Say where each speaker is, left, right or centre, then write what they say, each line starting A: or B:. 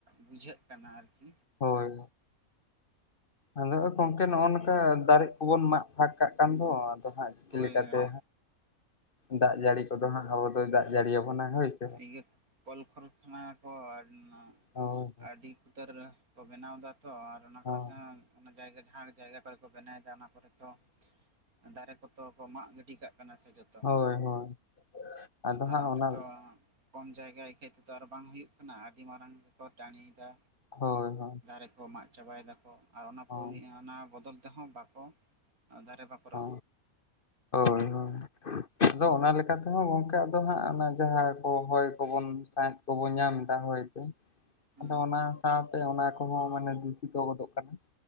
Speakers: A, on the right; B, on the left.
A: ᱵᱩᱡᱷᱟᱹᱜ ᱠᱟᱱᱟ ᱟᱨᱠᱤ।
B: ᱦᱳᱭ। ᱟᱫᱚ ᱜᱚᱢᱠᱮ ᱱᱚᱜᱼᱚ ᱱᱚᱝᱠᱟ ᱫᱟᱨᱮ ᱠᱚᱵᱚᱱ ᱢᱟᱜ ᱯᱷᱟᱸᱠ ᱠᱟᱜ ᱠᱟᱱ ᱫᱚ। ᱟᱫᱚ ᱦᱟᱸᱜ ᱼᱼ ᱪᱤᱠᱟᱹ
A: ᱦᱳᱭ
B: ᱞᱮᱠᱟᱛᱮ,
A: ᱦᱳᱭ
B: ᱫᱟᱜ ᱡᱟᱹᱲᱤ ᱠᱚᱫᱚ ᱦᱟᱸᱜ ᱟᱵᱚ ᱫᱚᱭ ᱫᱟᱜ ᱡᱟᱹᱲᱤᱭᱟᱵᱚᱱᱟ ᱦᱳᱭ ᱥᱮ?
A: ᱤᱭᱟᱹ, ᱠᱚᱞ ᱠᱷᱚᱨᱚᱪ ᱢᱟ ᱠᱚ <unintelligible>
B: ᱦᱳᱭ
A: ᱟᱹᱰᱤ ᱩᱛᱟᱹᱨ ᱼᱼ ᱠᱚ ᱵᱮᱱᱟᱣ ᱫᱟ ᱛᱚ। ᱟᱨ ᱚᱱᱟ
B: ᱦᱳᱭ
A: ᱠᱚᱟᱨᱚᱱ ᱛᱮ ᱚᱱᱟ ᱡᱟᱭᱜᱟ ᱡᱟᱦᱟᱸ ᱡᱟᱭᱜᱟ ᱠᱚᱨᱮ ᱠᱚ ᱵᱮᱱᱟᱣᱮᱫᱟ, ᱚᱱᱟ ᱠᱚᱨᱮ ᱼᱼ ᱫᱚ, ᱫᱟᱨᱮ ᱠᱚᱫᱚ ᱠᱚ ᱢᱟᱜ ᱜᱤᱰᱤ ᱠᱟᱜ ᱠᱟᱱᱟ ᱥᱮ ᱡᱷᱚᱛᱚ?
B: ᱦᱳᱭ ᱦᱳᱭ। ᱟᱫᱚ
A: ᱟᱨ
B: ᱦᱟᱸᱜ
A: ᱚᱸᱰᱮ
B: ᱚᱱᱟ
A: ᱛᱚ
B: ᱼᱼ
A: ᱠᱚᱢ ᱡᱟᱭᱜᱟ ᱟᱹᱠᱷᱟᱹᱡ ᱛᱮᱫᱚ ᱟᱨ ᱵᱟᱝ ᱦᱤᱡᱩᱜ ᱠᱟᱱᱟ। ᱟᱹᱰᱤ ᱢᱟᱨᱟᱝ ᱛᱮᱠᱚ ᱴᱟᱺᱬᱤᱭᱮᱫᱟ।
B: ᱦᱳᱭ ᱦᱳᱭ।
A: ᱫᱟᱨᱮ ᱠᱚ ᱢᱟᱜ ᱪᱟᱵᱟᱭ ᱫᱟᱠᱚ। ᱟᱨ ᱚᱱᱟ <unintelligible>
B: ᱦᱳᱭ
A: ᱵᱚᱫᱚᱞ ᱛᱮᱦᱚᱸ ᱰᱟᱠᱚ, ᱫᱟᱨᱮ ᱵᱟᱠᱚ ᱼᱼ
B: ᱚ, ᱳᱭ ᱦᱳᱭ। ᱟᱫᱚ ᱚᱱᱟ ᱛᱮᱦᱚᱸ ᱜᱚᱝᱠᱮ ᱟᱫᱚ ᱦᱟᱸᱜ ᱚᱱᱟ ᱡᱟᱦᱟᱸ ᱠᱚ ᱦᱚᱭ ᱠᱚᱵᱚᱱ ᱫ <unintelligible> ᱼᱼ ᱠᱚᱵᱚ ᱧᱟᱢ ᱫᱟ ᱦᱚᱭᱛᱮ।
A: ᱦᱮᱸ
B: ᱟᱫᱚ ᱚᱱᱟ ᱥᱟᱶᱛᱮ ᱚᱱᱟ ᱠᱚᱦᱚᱸ ᱢᱟᱱᱮ ᱫᱩᱥᱤᱛᱚ ᱜᱚᱫᱚᱜ ᱠᱟᱱᱟ